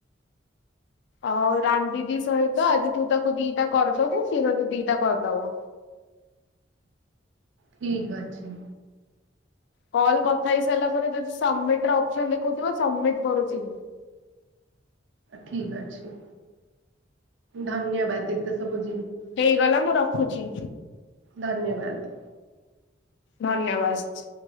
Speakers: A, on the left; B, on the right.
A: ଆଉ ରାନ୍ ଦିଦି ସହିତ ଆଜି ତୁ ତାକୁ ଦିଟା କରଦବୁ ସେ ତତେ ଦିଟା କରଦବ
B: ଠିକ୍ ଅଛି
A: କଲ୍ କଥା ହେଇ ସାଇଲା ପରେ ଦଯି ସବ୍ମିଟ୍ ର ଅପସନ୍ ଦେଖଉଥିବ ସବ୍ମିଟ୍ କରୁଛି।
B: ଠିକ୍ ଅଛି ଧନ୍ୟବାଦ ଏତେ ସବୁଦ୍
A: ହେଇଗଲା ମୁଁ ରଖୁଚି
B: ଧନ୍ୟବାଦ
A: ଧନ୍ୟବାଷ୍ଟ୍